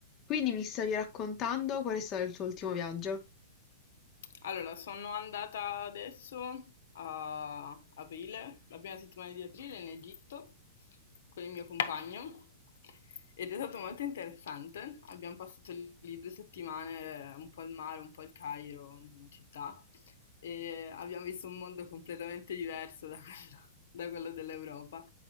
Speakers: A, on the left; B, on the left.
A: Quindi mi stavi raccontando qual è stato il tuo ultimo viaggio?
B: Allora, sono andata adesso a aprile, la prima settimana di aprile in Egitto con il mio compagno ed è stato molto interessante. Abbiamo passato lì due settimane un po' al mare, un po' al Cairo, in città, e abbiamo visto un mondo completamente diverso da quello, da quello dell'Europa.